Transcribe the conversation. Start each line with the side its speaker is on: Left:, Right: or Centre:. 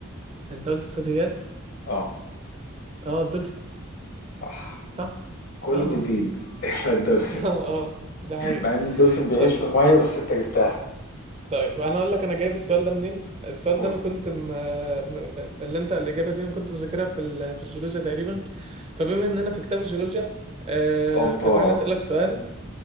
Right: انت قلت ثدييات
Left: اه
Right: اه الدولفين
Left: صح
Right: صح
Left: كله
Right: اه
Left: بيبيض <laughs> إلا الدولفين
Right: <laughs> اه اه ده حقيقة
Left: مع إن الدولفين بيعيش
Right: طيب
Left: في المية بس أنت جبتها
Right: طيب وانا اقول لك انا جايب السؤال ده منين السؤال
Left: قول
Right: ده انا كنت م... م... اللي انت الاجابه دي انا كنت مذاكرها في ال... في الجيولوجيا تقريبا فبما اننا في كتاب الجيولوجيا آه...
Left: أوبا
Right: فتعالى اسالك سؤال